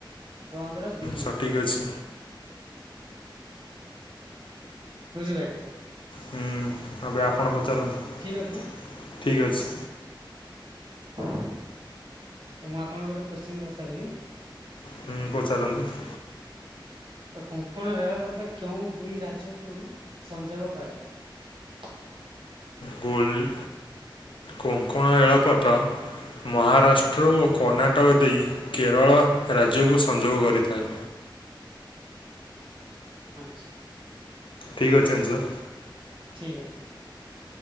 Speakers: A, on the right (about 80°); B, on the left (about 80°).
A: ବନ୍ଦର ଦିଲ୍ଲୀ।
B: ସଠିକ୍ ଅଛି
A: ବୁଝିପାଇଲେ।
B: ହୁଁ ଏବେ ଆପଣ ପଚାରନ୍ତୁ
A: ଠିକ୍ ଅଛି ନା
B: ଠିକ୍ ଅଛି।
A: ତ ମୁଁ ଆପଣଙ୍କୁ ଗୋଟେ କୋତ୍ସିନ୍ ନ ପଚାରିବି?
B: ହୁଁ ପଚାରନ୍ତୁ।
A: ତ କୋଙ୍କଣ ରେଳପଥ କେଉଁ ଦୁଇ ରାଜ୍ୟକୁ ସଂଯୋଗ କରେ? <inaudible>
B: ଗୋଲ କଙ୍କଣ ରେଳ ପଥ ମହାରାଷ୍ଟ୍ର ଓ କର୍ଣ୍ଣାଟକ ଦେଇ କେରଳ ରାଜ୍ୟକୁ ସଂଯୋଗ କରିଥାଏ।
A: <inaudible> ଆଚ୍ଛା।
B: ଠିକ ଅଛ ଆନ୍ସର।
A: ଠିକ୍ ଅଛି।